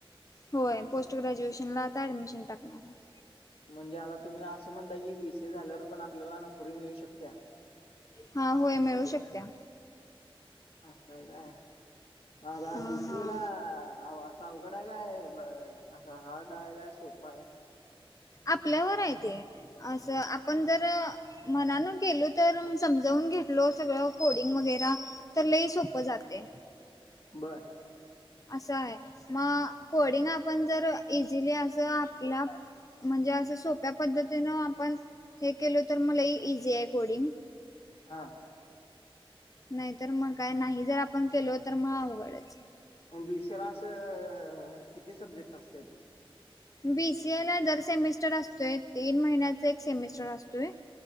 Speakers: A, on the left; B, on the left.
A: होय पोस्ट ग्रॅज्युएशन ला आता ऍडमिशन टाकणार आहे
B: म्हणजे आता तुम्ही असं म्हणताय की बीसी झाल्यावर पण आपल्याला नोकरी मिळू शकत्या
A: हा होय मिळू शकत्या
B: अस काय मग आता
A: हां
B: बीसीएला
A: हां
B: अवघड आहे काय ब असं हार्ड आहे काय सोपा आहे
A: आपल्यावर आहे ते असं आपण जर मनान गेलो तर म समजावून घेतलो सगळं कोडिंग वगैरे तर लय सोपं जाते
B: बर
A: असं आहे मग कोडिंग आपण जर इझिली असं आपला म्हणजे असं सोप्या पद्धतीनं आपण हे केलो तर मलाही इझी आहे कोडिंग
B: हा
A: नाहीतर मग काय नाही जर आपण केलो तर मग अवघडच
B: बीसी ए ला असं किती सब्जेक्ट असत्यात
A: बीसीए ला जर सेमिस्टर असतोय तीन महिन्याच एक सेमिस्टर असतोय